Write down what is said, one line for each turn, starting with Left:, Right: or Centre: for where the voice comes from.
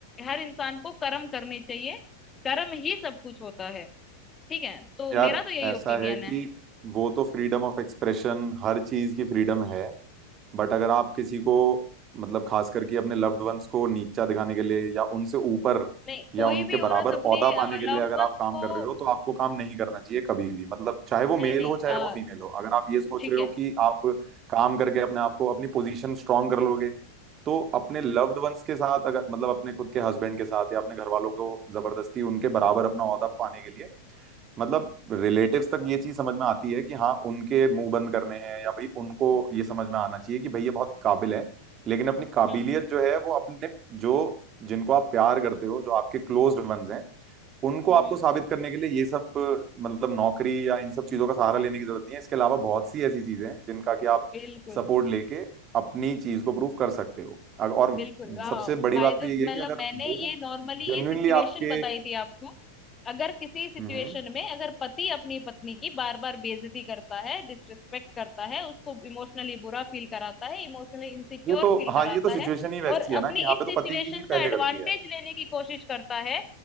Left: हर इंसान को कर्म करने चाहिए कर्म ही सब कुछ होता है ठीक है तो
Right: यार
Left: मेरा तो यही
Right: ऐसा
Left: ओपिनियन
Right: है कि
Left: है
Right: वो तो फ्रीडम ऑफ एक्सप्रेशन हर चीज की फ्रीडम है बट अगर आप किसी को मतलब खास करके अपने लव्ड वंस को नीचा दिखाने के लिए या उनसे ऊपर
Left: नहीं
Right: या
Left: कोई
Right: उनके
Left: भी
Right: बराबर
Left: औरत अपने
Right: ओहदा पाने के लिए
Left: लव्ड
Right: अगर
Left: वंस
Right: आप काम
Left: को
Right: कर रहे हो तो आपको काम नहीं करना चाहिए कभी भी मतलब चाहे वो
Left: नहीं
Right: मेल
Left: नहीं
Right: हो चाहे
Left: अ,
Right: वो फीमेल हो अगर आप ये सोच
Left: ठीक
Right: रहे
Left: है
Right: हो कि आप काम करके अपने आप को अपनी पोजीशन स्ट्रांग कर लोगे तो अपने लव्ड वंस के साथ अगर मतलब अपने खुद के हस्बैंड के साथ या अपने घर वालों को जबरदस्ती उनके बराबर अपना ओहदा पाने के लिए मतलब रिलेटिव्स तक ये चीज समझ में आती है कि हाँ उनके मुंह बंद करने हैं या भाई उनको ये समझ में आना चाहिए कि भाई ये बहुत काबिल है लेकिन अपनी काबिलियत
Left: हम्म
Right: जो है वो अपने जो जिनको आप प्यार करते हो जो आपके क्लोज्ड वंस हैं उनको
Left: हम्म
Right: आपको साबित करने के लिए ये सब अ, मतलब नौकरी या इन सब चीजों का सहारा लेने की जरूरत नहीं है इसके अलावा बहुत सी ऐसी चीजें हैं जिनका कि आप
Left: बिल्कुल
Right: सपोर्ट लेके अपनी चीज को प्रूव कर सकते हो अग- और
Left: बिल्कुल
Right: सबसे बड़ी
Left: बाय
Right: बात
Left: द
Right: तो यही है
Left: मतलब
Right: कि अगर
Left: मैंने
Right: वो
Left: ये नॉर्मली
Right: जेन्युइनली
Left: ये सिचुएशन
Right: आपके
Left: बताई थी आपको अगर किसी सिचुएशन
Right: हम्म
Left: में अगर पति अपनी पत्नी की बार बार बेइज्जती करता है डिसरिस्पेक्ट करता है उसको इमोशनली बुरा फील कराता है इमोशनली इनसिक्योर
Right: ये तो
Left: फील
Right: हाँ
Left: कराता
Right: ये तो सिचुएशन
Left: है
Right: ही वैसी
Left: और
Right: है
Left: अपनी
Right: ना कि यहाँ
Left: इस
Right: पे तो
Left: सिचुएशन
Right: पति की ही पहले
Left: का एडवांटेज
Right: गलती है
Left: लेने की कोशिश करता है